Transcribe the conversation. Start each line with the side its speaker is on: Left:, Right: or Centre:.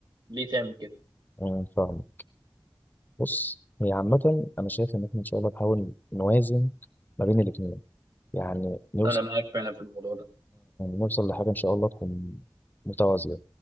Right: ليه تعمل كده
Left: آه، فاهمك بص هي عامة أنا شايف إن إحنا إن شاء الله نحاول نوازن ما بين الاتنين يعني نوصل
Right: انا معاك فعلا في الموضوع ده
Left: نوصل لحاجة إن شاء الله تكون متوازية